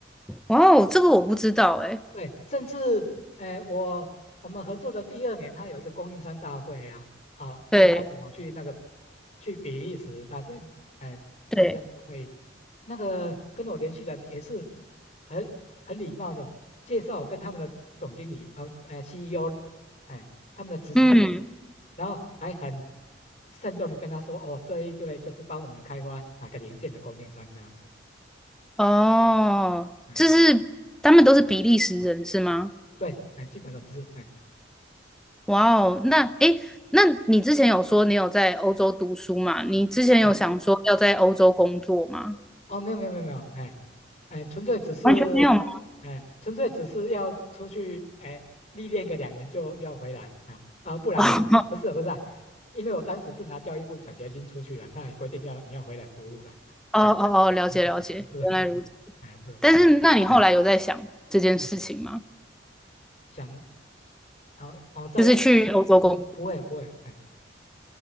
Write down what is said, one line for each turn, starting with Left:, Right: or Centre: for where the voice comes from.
Centre: 哇哦，这个我不知道诶。
Left: 对，甚至，哎、我我们合作的第二年，他有一个供应商大会啊，好、
Centre: 对
Left: 他也邀请我去那个去比利时那边，哎、参加这个会议。
Centre: 对，
Left: 那个跟我联系人也是很很礼貌的，介绍我跟他们的总经理，呃，哎、CEO，哎、他们的执行长，
Centre: 嗯。
Left: 然后还很慎重的跟他说，哦，这一位就是帮我们开发哪个零件的供应商这样子，
Centre: 哦，
Left: 嗯，
Centre: 这是他们都是比利时人是吗？
Left: 对，哎、基本上是，哎、
Centre: 哇哦，那诶，那你之前有说你有在欧洲读书嘛？你之前有想说要在欧洲工作吗？
Left: 对，哦，没有没有没有没有，哎，哎，纯粹只是，
Centre: 完全没有吗？
Left: 哎，纯粹只是要出去，哎，历练个两年就要回来啊啊，不然啦，
Centre: <laughs>
Left: 不是啊不是啊因为我当时是拿教育部奖学金出去了，他也规定要你要回来服务了，
Centre: 哦哦哦，了解了解，
Left: <laughs> 是，<laughs>
Centre: 原来如此。
Left: 哎是，
Centre: 但是那你后来有在想这件事情吗？
Left: 哎哎，想，然后然后再，
Centre: 就是去欧洲工作？
Left: 哦不会不会，哎